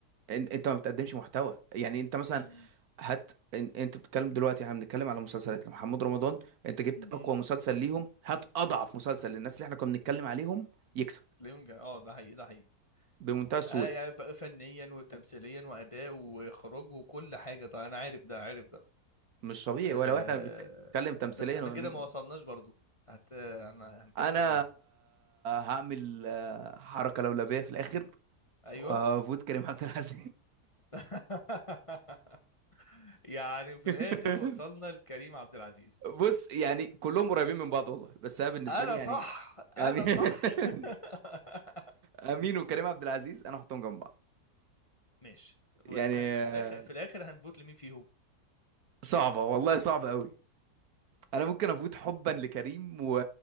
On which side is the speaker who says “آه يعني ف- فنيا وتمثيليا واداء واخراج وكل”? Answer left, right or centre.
Left